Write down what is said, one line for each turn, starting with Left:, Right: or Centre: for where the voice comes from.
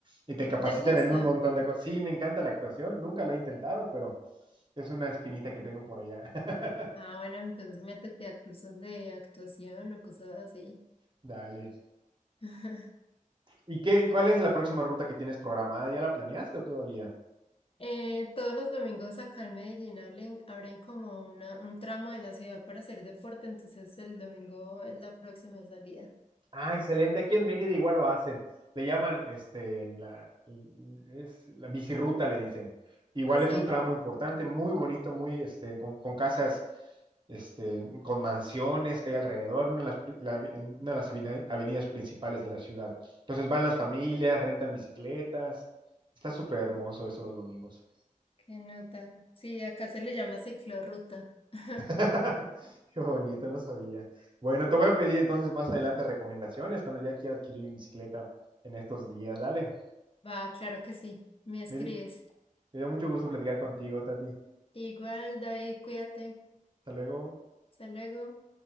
Right: y te capacitan
Left: ¿Te gusta?
Right: en un montón de cosas. Sí, me encanta la actuación, nunca lo he intentado, pero es una espinita que tengo por allá. <laughs>
Left: Ah, bueno, entonces métete a cursos de actuación o cosas así.
Right: Dale.
Left: <laughs>
Right: ¿Y qué, cuál es la próxima ruta que tienes programada? ¿Ya la planeaste o todavía?
Left: Eh, todos los domingos acá en Medellín abren, abren como una, un tramo de la ciudad para hacer deporte, entonces el domingo es la próxima salida.
Right: Ah, excelente. Aquí en Mérida igual lo hacen. Le llaman, este, la, es la bicirruta, le dicen. Igual
Left: Ah, sí,
Right: es un tramo importante, muy bonito, muy, este, con, con casas, este, con mansiones que hay alrededor, una de las, pri- la- en una de las avena- avenidas principales de la ciudad. Entonces van las familias, rentan bicicletas. Está súper hermoso eso los domingos.
Left: qué nota. Sí, acá se le llama ciclorruta. <laughs>
Right: <laughs> Qué bonito, no sabía. Bueno, te voy a pedir entonces más adelante recomendaciones cuando ya quiera adquirir mi bicicleta en estos días. Dale.
Left: Va, claro que sí, me escribes.
Right: Me- Me dio mucho gusto platicar contigo, Tati.
Left: Igual, David, cuídate.
Right: Hasta luego.
Left: Hasta luego.